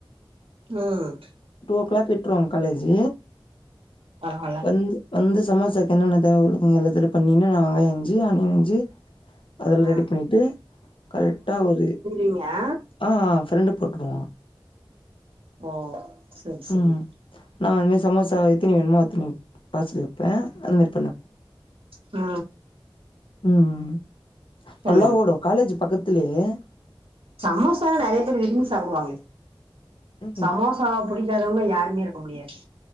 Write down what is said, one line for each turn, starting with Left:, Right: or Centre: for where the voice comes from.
Right: ம்
Left: டூ ஓ கிளாக் விட்டுவோங்க காலேஜ்
Right: பரவால்ல
Left: வந்து வந்து சமோசாக்கு என்னென்ன தேவருக்கும் எல்லாத்துல பண்ணின்னு நா வெங்காயோ அருஞ்சு ஆணியனஞ்சு அதெல்லா
Right: ம்
Left: ரெடி பண்ணிட்டு கரெக்டா ஒரு
Right: இங்கா
Left: ஆ ஆ ஃப்ரெண்டு போட்டுவோ
Right: ஓ சரி சரி
Left: ம் நா அதுமாரி சமோசா எத்தனி வேனுமோ அத்தனி பார்சல் வைப்பே அது மாாரி
Right: ஆ
Left: ம்
Right: சொல்லுங்க
Left: நல்லா ஓடும் காலேஜ் பக்கத்துலயே
Right: சமோசால்லா நெறைய பேர் விரும்பி சாப்டுவாங்களே
Left: ம்
Right: சமோசா புடிக்காதவங்க யாருமே இருக்க முடியாது